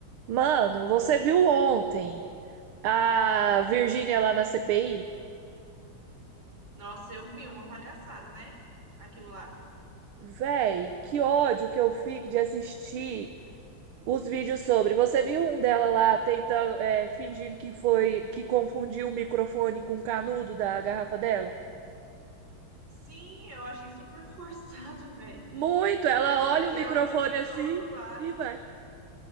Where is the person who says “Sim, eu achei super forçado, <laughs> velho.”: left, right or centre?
Right